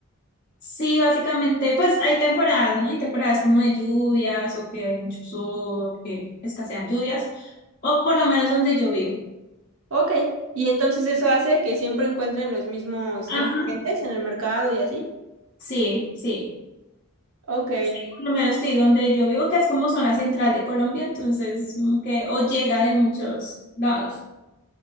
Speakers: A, on the left; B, on the right.
A: Sí, básicamente, pues hay temporadas, ¿no? Hay temporadas como de lluvias o que hay mucho sol, que escasean lluvias, o por lo menos donde yo vivo.
B: Ok. Y entonces eso hace que siempre encuentren los mismos
A: Ajá.
B: ingredientes en el mercado y así.
A: Sí, sí,
B: Ok,
A: sí, por lo menos estoy donde yo vivo, que es como zona central de Colombia, entonces como que o llega de muchos lados,